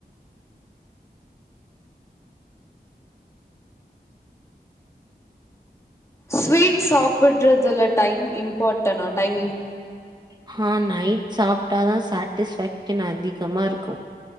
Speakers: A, on the left; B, on the right.
A: ஸ்வீட் சாப்பிடுறதுல டைம் இம்பார்ட்டனா டைமிங்
B: ஹா நைட் சாப்ட்டாதா சாட்டிஸ்பேக்ஷன் அதிகமா இருக்கு